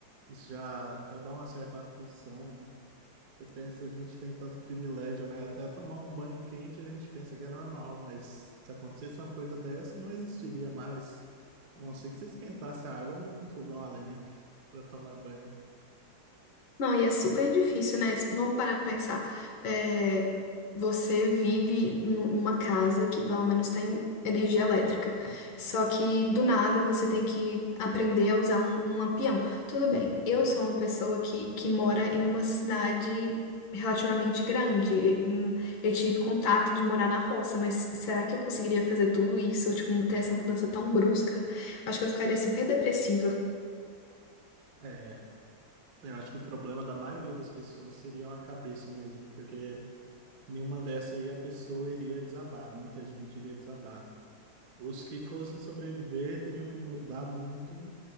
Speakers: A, on the right; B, on the left.
A: isso já, já dá uma certa aflição, né? Você pensa, a gente tem tanto privilégio, né? Até tomar um banho quente a gente pensa que é normal, mas se acontecesse uma coisa dessa, não existiria mais. A não ser que você esquentasse a água num fogão a lenha <laughs> para tomar banho.
B: Não, e é super difícil, né? Vamos parar pra pensar. É, você vive nu- numa casa que pelo menos tem energia elétrica. Só que do nada você tem que aprender a usar um, um lampião. Tudo bem, eu sou uma pessoa que, que mora em uma cidade relativamente grande. E, hum, Eu tive contato de morar na roça, mas será que eu conseguiria fazer tudo isso? Tipo, ter essa mudança tão brusca? Acho que eu ficaria super depressiva.
A: É, eu acho que o problema da maioria das pessoas seria a cabeça mesmo, porque nenhuma dessa aí a pessoa iria desabar, muita gente iria desabar. Os que fossem sobreviver teriam que mudar muito